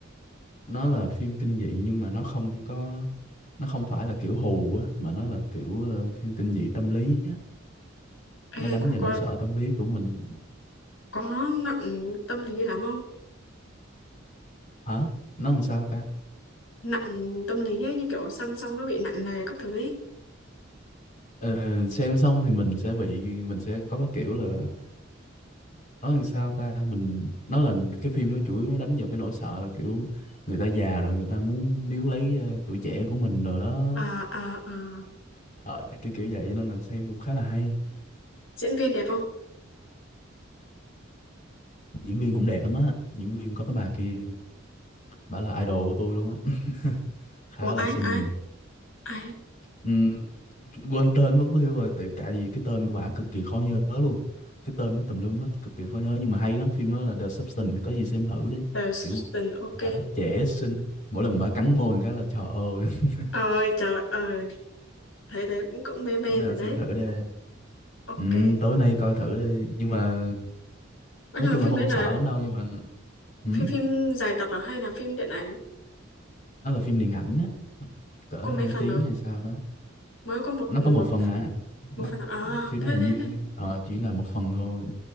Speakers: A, on the left; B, on the left.
A: nó là phim kinh dị nhưng mà nó không có nó không phải là kiểu hù á mà nó là kiểu ờ, phim kinh dị tâm lý á nó
B: Ê,
A: đánh
B: có,
A: vào
B: có,
A: nỗi sợ tâm lý của mình
B: có nặng tâm lý lắm không?
A: hả nó làm sao ca
B: Nặng tâm lý ấy, như kiểu song song nó bị nặng nề các thứ ấy.
A: Ờ, xem xong thì mình sẽ bị mình sẽ có cái kiểu là nó làm sao ta mình nó là cái phim nó chủ yếu nó đánh vào cái nỗi sợ là kiểu người ta già rồi người ta muốn níu lấy ờ, tuổi trẻ của mình rồi đó
B: À, à, à.
A: Ờ, kiểu kiểu vậy cho nên là xem cũng khá là hay
B: Diễn viên đẹp không?
A: diễn viên cũng đẹp lắm á diễn viên có cái bà kia bả là idol của tôi luôn á khá
B: Ủa
A: là
B: ai,
A: xinh
B: ai, ai?
A: Ừm, quên tên mất tiêu rồi tại tại vì cái tên của bả cực kỳ khó nhớ luôn cái tên nó tùm lum hết cực kỳ khó nhớ nhưng mà hay lắm phim đó là The Substance có gì xem thử đi
B: Tờ, Sutton,
A: kiểu
B: ok.
A: bà đó trẻ xinh mỗi lần bà cắn môi một cái là trời ơi <laughs>
B: Ôi trời ơi. thấy thế cũng cũng mê mê
A: bữa nào
B: rồi đấy
A: xem thử đi
B: ok
A: Ừm, tối nay coi thử đi nhưng mà
B: Ơ
A: nói
B: nhưng mà
A: chung
B: phim
A: là không
B: đấy là
A: sợ lắm đâu nhưng mà ừm,
B: phim phim dài tập à hay là phim điện ảnh
A: nó là phim điện ảnh á cỡ
B: có
A: 2
B: mấy phần
A: tiếng
B: rồi
A: hay sao đó
B: mới có một
A: nó
B: một
A: có một phần à
B: một
A: nó
B: phần à À,
A: phim
B: thế
A: nó hình
B: thế
A: như
B: thế
A: ờ, chỉ là một phần thôi